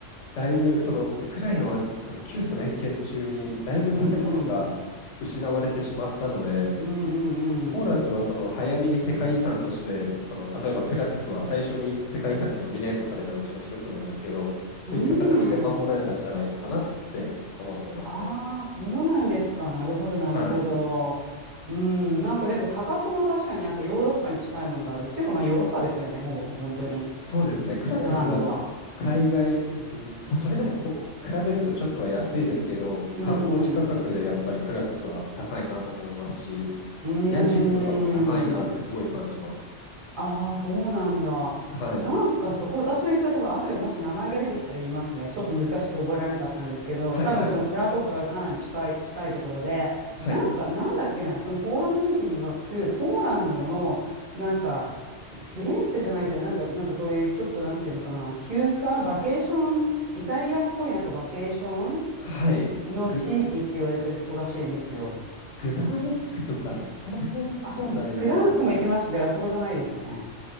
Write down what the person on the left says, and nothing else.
だいぶそのウクライナはその旧ソ連圏中にだいぶ建物が失われてしまったので、
ポーランドはその早めに世界遺産として、その例えばクラクフは最初に世界遺産にノミネートされたうちの一つなんですけど、そういった形で守られたんじゃないのかなって思ってますね。
はい。
そうですね、クラクフは
海外、うんまあ、それでもこ比べるとちょっとは安いですけど、
観光地価格でやっぱりクラクフは高いなと思いますし、
家賃とかも高いなってすごい感じます。
はい、
はい、
はい、
はい、
はい、
ぐ、グダンイスクとかそこら辺じゃないですかね。